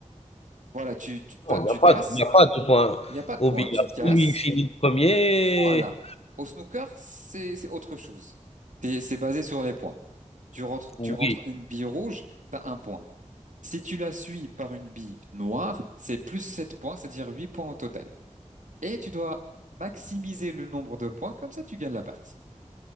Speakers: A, on the right (about 85°); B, on the left (about 55°).
A: Voilà, tu, tu
B: Non,
A: t'as- tu
B: il n'y a
A: casses.
B: pas il n'y a pas de point
A: Il n'y a pas de
B: au
A: points.
B: billard.
A: Tu casses,
B: Celui qui finit 1er
A: Voilà. Au snooker, c'est c'est autre chose. T'es- C'est basé sur les points. Tu rentres,
B: oui.
A: tu rentres une bille rouge, t'as un point. Si tu la suis par une bille noire, c'est plus 7 points, c'est-à-dire 8 points au total. Et tu dois maximiser le nombre de points, comme ça tu gagnes la partie.